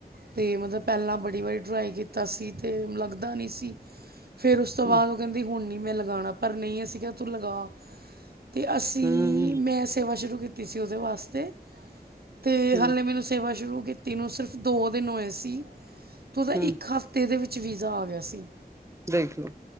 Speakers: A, on the right; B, on the right.
A: ਤੇ ਮਤਲਬ ਪੈਲਾਂ ਬੜੀ ਵਾਰੀ ਟਰਾਈ ਕੀਤਾ ਸੀ ਤੇ ਲੱਗਦਾ ਨੀ ਸੀ ਫਿਰ ਉਸ ਤੋਂ
B: ਹੂੰ
A: ਬਾਦ ਓ ਕੈਂਦੀ ਹੁਣ ਨੀ ਮੈਂ ਲਗਾਣਾ ਪਰ ਨਈ ਅਸੀਂ ਕਿਆ ਤੂੰ ਲਗਾ। ਤੇ ਅਸੀਂ
B: ਹੂੰ
A: ਮੈਂ ਸੇਵਾ ਸ਼ੁਰੂ ਕੀਤੀ ਸੀ ਓਦੇ ਵਾਸਤੇ। ਤੇ
B: ਹੂੰ
A: ਹਾਲੇ ਮੈਨੂੰ ਸੇਵਾ ਸ਼ੁਰੂ ਕੀਤੀ ਨੂੰ ਸਿਰਫ ਦੋ ਦਿਨ ਹੋਏ ਸੀ ਤੂੰ ਤਾਂ
B: ਹੂੰ
A: ਇੱਕ ਹਫ਼ ਤੇ ਦੇ ਵਿੱਚ ਵੀਜ਼ਾ ਆ ਗਿਆ ਸੀ।
B: ਦੇਖਲੋ